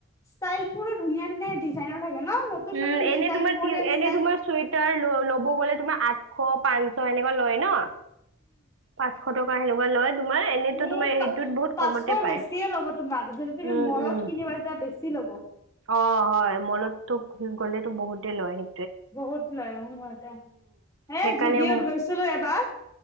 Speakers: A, on the left; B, on the right.
A: ষ্টাইল বোৰো ধুনীয়া ধুনীয়া ডিজাইনৰ থাকে ন নতুন
B: উম
A: নতুন
B: এনে
A: ডিজাইন
B: তোমাৰ
A: কৰিয়ান
B: এনে
A: ষ্টাইল
B: তোমাৰ চুৱে টাৰ লব গলে তোমাৰ আঠশ পাঞ্চ এনেকুৱা লয় ন পাঁচশ <unintelligible> এনেতো
A: এ
B: তোমাৰ
A: প
B: সেইটোত বহুত
A: পাঁচশৰ
B: কমতে পায়।
A: বেছিয়ে ল'ব তোমাক যদি তুমি
B: উম
A: মলত
B: উম।
A: কিনিব যোৱা বেছি ল'ব হ'ব
B: অ হয় মলতো গ'লেতো বহুতেই লয় সি
A: বহুত লৈ আহো এ এ
B: সেইকাৰণে
A: জুদিঅ'ত
B: ম
A: গৈছিলো এবাৰ